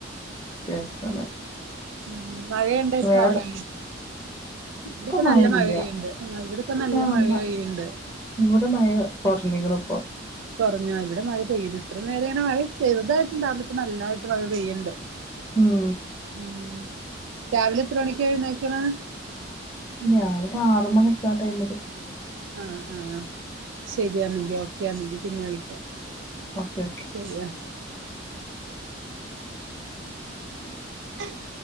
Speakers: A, on the left; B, on the right.
A: രസാണ്
B: ഉം മഴയണ്ട ഇപ്പ
A: വേറെ
B: അവിടെ
A: ഇപ്പം
B: ഇവിടെപ്പ നല്ല
A: മഴല്ല
B: മഴ പെയ്യുണ്ട് ആ ഇവിടെ ഇപ്പ നല്ല
A: ആഹ്
B: മഴ
A: ന്നാ
B: പെയ്യുണ്ട്
A: ഇവിടെ മഴ കുറഞ്ഞുക് ണ് ഇപ്പോ
B: കുറഞ്ഞ ഇവിടെ മഴ പെയ്തു ഇത്രയും നേരം മഴ ചെറുതായിട്ടുണ്ടായിരുന്നു ഇപ്പോ നല്ലായിട്ട് മഴ പെയ്യണ്ട്
A: ഉം
B: ഉം രാവിലെ എത്ര മണിക് എഴുന്നേൽക്കണം
A: രാവിലെ ആറ മണിയൊക്കെ ആ ടൈമില്
B: ആഹ ആഹ ശരിയാന്നെങ്കിൽ ഓക്കൊന്നെങ്കി പിന്നെ വിളിക്കാം
A: ഓക്കെ ഓക്കെ
B: ശരിയാ <inaudible>